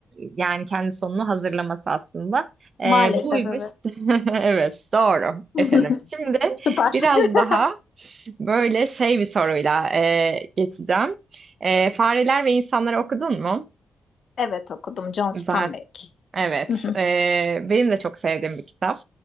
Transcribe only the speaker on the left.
maalesef
evet.
<laughs>
Süper.
<laughs>
Evet okudum John Steinbeck.
Hı hı,